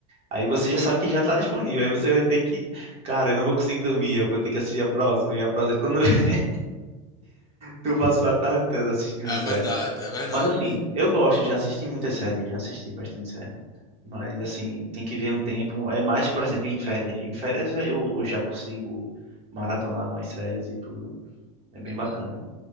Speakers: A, on the right; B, on the left.
A: Aí você já sabe que já tá disponível. Aí você vai ter que, cara, eu não vou conseguir dormir, eu vou ter que assistir a próxima. E a próxima, quando <laughs> tu passou a tarde toda assistindo
B: É
A: série.
B: verdade, é verdade.
A: Mas assim, eu gosto, já assisti muitas séries, já assisti bastante série. Mas assim, tem que ver um tempo. É mais, por exemplo, em férias. Em férias eu eu já consigo maratonar algumas séries e tudo. É bem
B: Uhum.
A: bacana.